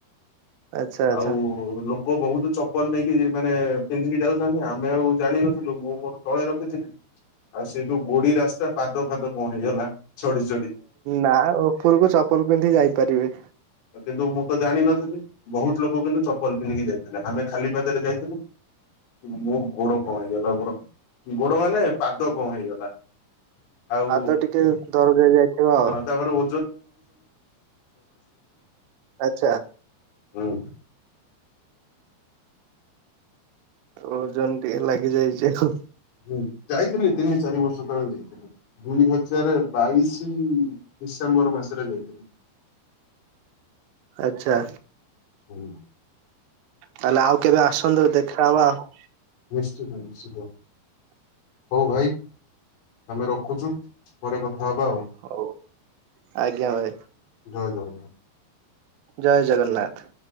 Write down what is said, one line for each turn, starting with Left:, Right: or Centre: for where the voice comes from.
Right: ଆଚ୍ଛା ଆଚ୍ଛା
Left: ଆଉ ଓ, ଲୋକ ବହୁତ ଚପଲ ନେଇକି ମାନେ ପିନ୍ଧିକି ଯାଉଥାନ୍ତି, ଆମେ ଆଉ ଜାଣିନଥିଲୁ ମୁଁ ମୋର ତଳେ ରଖିଥିଲି ଆଉ ସେଇ ଯୋଉ ଗୋଡି ରାସ୍ତା ପାଦ ଫାଦ ପଣ ହେଇଗଲା ଚଡି ଚଡି
Right: ନା ଉପରକୁ ଚପଲ ପିନ୍ଧି ଯାଇପାରିବେ।
Left: କିନ୍ତୁ ମୁଁ ତ ଜାଣିନଥିଲି, ବହୁତ ଲୋକ କିନ୍ତୁ ଚପଲ ପିନ୍ଧିକି ଯାଇଥିଲେ, ଆମେ ଖାଲି ପାଦରେ ଯାଇଥିଲୁ। ମୁଁ ଗୋଡ କଣ ହେଇଗଲା ପୁରା ଗୋଡ ମାନେ ପାଦ କଣ ହେଇଗଲା। ଆଉ
Right: ପାଦ ଟିକେ ଦରଜ ଯାଇଥିବ ଆଉ
Left: ହଁ ତାପରେ <unintelligible>
Right: ଆଛା।
Left: ହୁଁ ଉଁ
Right: ଓଜନ ଟିକେ ଲାଗି ଯାଇଛି ଆଉ
Left: ହୁଁ ଯାଇଥିଲି ତିନି ଚାରି ବର୍ଷ ତଳେ ଯାଇଥିଲି। ଦୁଇ ହଜାର ବାଇଶି ଡିସେମ୍ବର ମାସରେ ଯାଇଥିଲି।
Right: ଆଛା।
Left: ହୁଁ
Right: ତାହେଲେ ଆଉ କେବେ ଆସନ୍ତୁ ଦେଖାହବା ଆଉ
Left: ନିଶ୍ଚିତ ନିଶ୍ଚିତ, ହଉ ଭାଇ ଆମେ ରଖୁଛି, ପରେ କଥା ହବା ଆଉ
Right: ହଉ, ଆଜ୍ଞା ଭାଇ,
Left: ଜୟ ଜଗନ୍ନାଥ
Right: ଜୟ ଜଗନ୍ନାଥ।